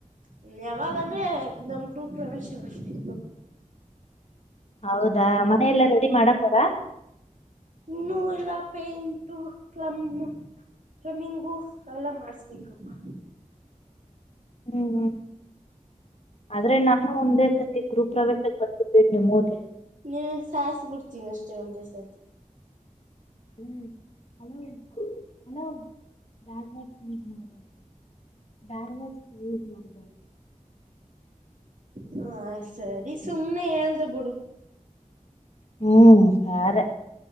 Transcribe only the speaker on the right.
ಹ್ಮ್ ಯಾವಾಗ ಅಂದ್ರೆ ನಮ್ ಗೃಹಪ್ರವೇಶ ಅಷ್ಟೇ
ಇನ್ನೂ ಇಲ್ಲ ಪೇಂಟು ಪ್ಲಮ್ಮೂ ಪ್ಲಮ್ಮಿಂಗು ಅವೆಲ್ಲ ಮಾಡಿಸ್ಬೇಕಮ್ಮ.
ನೀನ್ ಸಾಯಿಸಿಬಿಡ್ತೀನಿ ಅಷ್ಟೇ ಒಂದೇ ಸತಿ
ಹ ಸರಿ ಸುಮ್ನೆ ಹೇಳಳ್ಬಿಡು